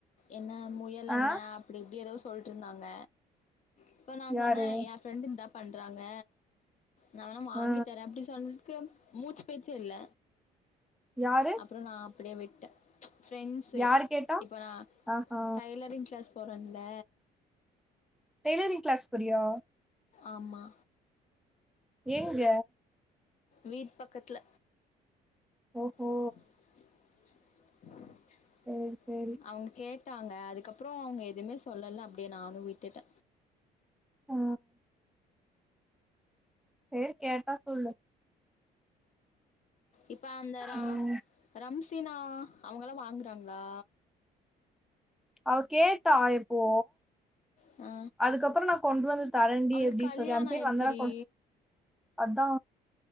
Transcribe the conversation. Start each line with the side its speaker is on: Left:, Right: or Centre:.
Left: என்ன முயலென்ன
Centre: ஆ
Left: அப்டி இப்டி எதோ சொல்ட்டுருந்தாங்க இப்ப நா
Centre: யாரு
Left: சொன்ன எ ஃப்ரெண்டு இந்தா பண்றாங்க நா வேணா வாங்கிதரே
Centre: ஆ
Left: அப்புடி சொன்னதுக்கு மூச்சு பேச்சே இல்ல
Centre: யாரு
Left: அப்பறோ நா அப்டியே விட்டே ஃபிரண்ட்ஸு
Centre: யாரு கேட்டா
Left: இப்ப நா
Centre: ஆஹா
Left: டை லரிங் க்ளாஸ் போறன்ல
Centre: டெய்லரிங் க்ளாஸ் போரியோ
Left: ஆமா
Centre: எங்க
Left: வீட் பக்கத்துல
Centre: ஒஹோ
Left: <unintelligible>
Centre: சேரி சேரி
Left: அவுங்க கேட்டாங்க அதுக்கப்பறோ அவுங்க எதுமே சொல்லல அப்டியே நானு விட்டுட்டே
Centre: ஆ சேரி கேட்டா சொல்லு
Left: இப்ப வந்தரா
Centre: ம்
Left: ரம்சினா அவுங்கல்லா வாங்குறாங்ளா
Centre: அவ கேட்டா எப்போ
Left: ஆ
Centre: அதுக்கப்பறோ நா கொண்டு வந்து தரெண்டி
Left: அவளுக்கு
Centre: அப்டி
Left: கல்யாண
Centre: சொல்லி அந்த சைடு
Left: ஆயிடுச்சுடி
Centre: வந்தனா கொண் அத்தா